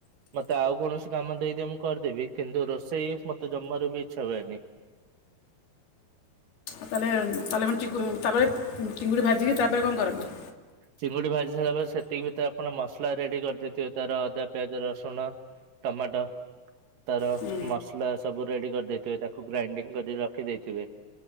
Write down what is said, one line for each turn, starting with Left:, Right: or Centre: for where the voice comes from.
Right: ମତେ ଆଉ କୌଣସି କାମ ଦେଇଦିଅ ମୁଁ କରିଦେବି କିନ୍ତୁ ରୋଷେଇ ମତେ ଜମବାର ବି ଇଚ୍ଛା ହୁଏନି
Left: ତଳେ ତଳମଣ୍ ଚ ତାପରେ ଚିଙ୍ଗୁଡ଼ି ଭାଜିକି ତାପରେ କଣ କରନ୍ତି
Right: ଚିଙ୍ଗୁଡ଼ି ଭାଜି ସାରିଲା ପରେ ସେତିକି ଭିତରେ ଆପଣ ମସଲା ରେଡି କରିଦେଇଥିବ ତାର ଅଦା ପିଆଜ ରସୁଣ ଟମାଟୋ ତାର
Left: ହୁଁ
Right: ମସଲା ସବୁ ରେଡି କରିଦେଇଥିବେ ତାକୁ ଗ୍ରାଇଣ୍ଡିଙ୍ଗ କରି ରଖି ଦେଇେଇଥିବେ